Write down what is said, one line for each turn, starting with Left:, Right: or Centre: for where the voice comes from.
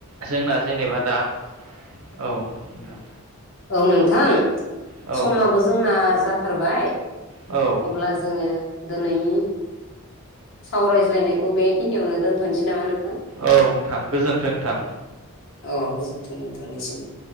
Right: जोंना जेनेबा दा औ। नोंथां
Left: औ नोंथां
Right: ओ
Left: समाबो
Right: औ
Left: जोंना जा थारबाय
Right: औ
Left: अब्ला जोङो दोनैनि सावरायज्लायनायखौ बेखिनियावनो दोनथनोसै नामा नों थां
Right: औ नोंथां गोजोन्थों नोंथां।
Left: औ गोजोनथों नोंथांनिसिमबो।